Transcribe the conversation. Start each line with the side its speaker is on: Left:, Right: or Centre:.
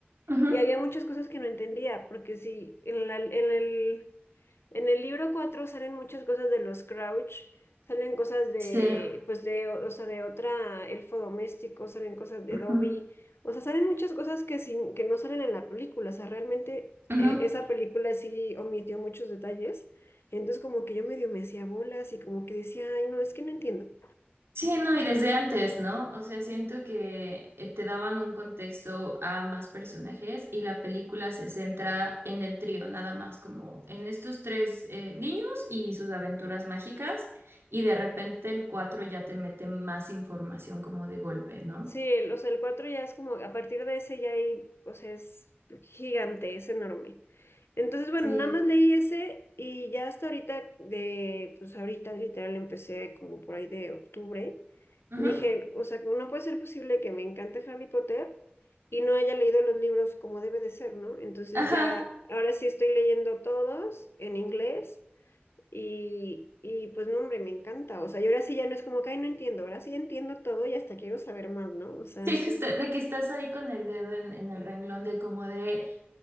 Right: ujú.
Left: Y había muchas cosas que no entendía, porque sí, en la- en el, en el libro 4 salen muchas cosas de los Crouch, salen cosas de,
Right: Sí.
Left: pues de, o sea, de otra elfo doméstico, salen cosas de
Right: Ujú,
Left: Dobby, o sea, salen muchas cosas que, sin, que no salen en la película, o sea, realmente
Right: ujú.
Left: eh, esa película sí omitió muchos detalles, entonces como que yo medio me hacía bolas y como que decía, ay, no, es que no entiendo,
Right: Sí, no, y desde antes, ¿no? O sea, siento que eh, te daban un contexto a más personajes y la película se centra en el trío, nada más, como en estos tres eh, niños y sus aventuras mágicas, y de repente el cuatro ya te mete más información como de golpe, ¿no?
Left: Sí, el- o sea, el 4 ya es como, a partir de ese ya hay, o sea, es gigante, es enorme. Entonces, bueno,
Right: Sí.
Left: nada más leí ese y ya hasta ahorita, de, pues ahorita literal empecé como por ahí de octubre.
Right: Ujú.
Left: Dije, o sea, no puede ser posible que me encante Harry Potter y no haya leído los libros como debe de ser, ¿no? Entonces
Right: Ajá.
Left: ya, ahora sí estoy leyendo todos en inglés y, y pues no, hombre, me encanta. O sea, yo ahora sí ya no es como que, ay, no entiendo, ahora sí entiendo todo y hasta quiero saber más, ¿no? O sea,
Right: Sí,
Left: sí.
Right: justo, de que estás ahí con el dedo en, en el renglón de como de,